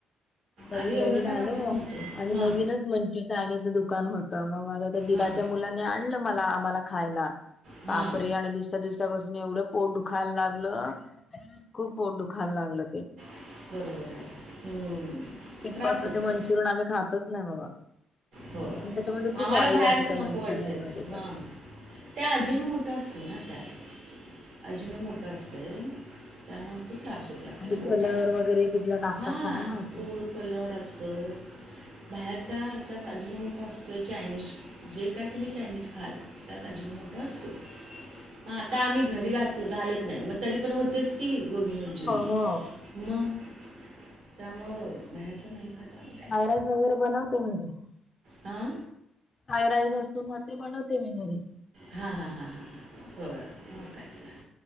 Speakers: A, on the left; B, on the right.
A: नवीन
B: आधी एवढं
A: नवीन
B: काय
A: आलो.
B: वाटत नव्हतं
A: आणि नवीनच
B: हां
A: म्हणजे यनीचं दुकान होतं मग माझ दिलाच्या
B: हां
A: मुलानी आणलं मला आम्हाला. खायला
B: हां
A: बापरे आणि दुसऱ्या दिवसापासून एवढं पोट दुखायला लागलं. खूप पीठ दुखायला लागलं ते.
B: बरोबर आहे हम्म.
A: तितपासून
B: त्रास होतोय
A: ते मंचुरियन आम्ही खातच नाही बाबा
B: हो
A: आणि त्याच्यामध्ये खूप
B: आम्हाला
A: ऑइल
B: बाहेरचं
A: असते त्या मंचुरियन
B: नको वाटतं
A: मध्ये तर
B: हा. ते हजिना मोठं असते ना त्यात. हजूनो मोठं असतं त्यामुळे ते त्रास होते आपल्याला
A: आणि
B: पोटाला.
A: कलर वगैरे कुठला टाकतात
B: हां
A: काय माहि
B: फूड कलर असतो होय. बाहेरच्याच्या हजीनों मोठा असतोय चायनीज जे काय तुम्ही चायनीज खाल. त्यात आजि न मोठ असतो हा आता आम्ही. घरी घात घालत नाही मग तरी पण होतेच की गोबी मंचुरियन.
A: हो हो
B: मग त्यामुळं बाहेरचं नाही खात. आम्ही काय
A: सााय राईस वगैरे बनवते मी घरी.
B: हा.
A: फ्राईड राईस असतो मग ते बनवते मी घरी.
B: हां हां हां हां बर मग काय? तर